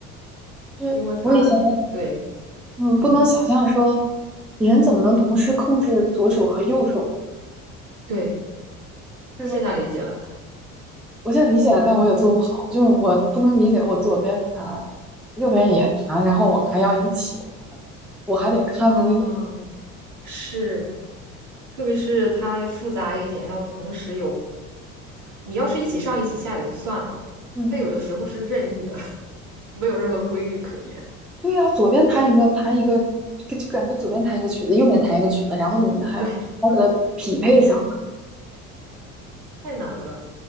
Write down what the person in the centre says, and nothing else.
就是我以前
嗯不能想象说
人怎么能同时控制左手和右手，
就是说
我现在理解了，但我也做不好，就是我不能理解我左边弹，右边也弹，然后我还要一起，我还得看着那个。
嗯。
对呀、左边弹一个，弹一个，就就感觉左边弹一个曲子，右边弹一个曲子，然后你们还要
匹配上，